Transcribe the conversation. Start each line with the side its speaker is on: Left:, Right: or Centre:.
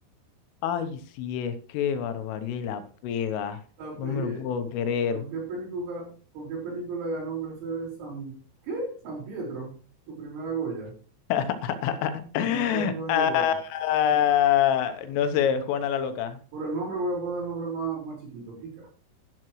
Left: ay, sí es, qué barbaridad y la pega,
Right: <laughs> La pegué.
Left: no me lo puedo creer.
Right: ¿Con qué película, con qué película ganó Mercedes San. ¿Qué? San Pietro. Su primera Goya.
Left: <laughs>
Right: No tengo ni
Left: Ah,
Right: idea. Vamos,
Left: no sé, Juana la Loca.
Right: por el nombre voy a poner el nombre más, más chiquito, Kika,